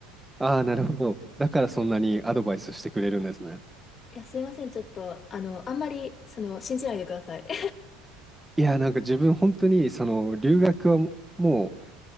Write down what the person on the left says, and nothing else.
うん。いや、すいません、ちょっと、あの、あんまり、その、信じないでください。<laughs>